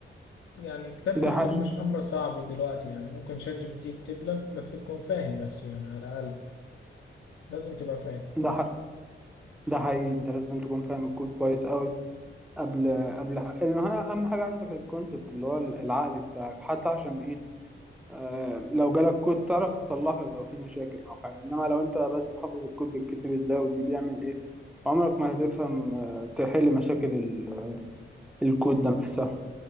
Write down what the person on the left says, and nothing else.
يعني كتابة
الكود
مش أمر صعب دلوقتي يعني ممكن شات جي بي تي يكتب لك بس تكون فاهم بس يعني على الأقل لازم تبقى فاهم